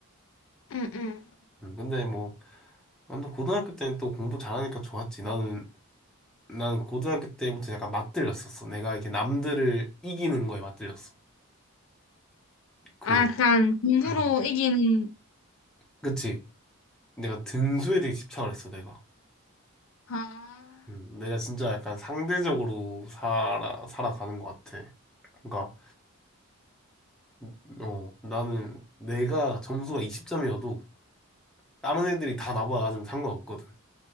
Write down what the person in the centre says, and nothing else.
음, 근데 뭐, 완전 고등학교 때는 또 공부 잘하니까 좋았지. 나는, 나는 고등학교 때부터 약간 맞들렸었어. 내가 이렇게 남들을 이기는 거에 맞들렸어. 그,
음.
그치. 내가 등수에 되게 집착을 했어, 내가.
음, 내가 진짜 약간 상대적으로 살아, 살아가는 것 같아. 그러니까, 음, 어, 나는 내가 점수가 20점이어도 다른 애들이 다 나보다 낮으면 상관없거든.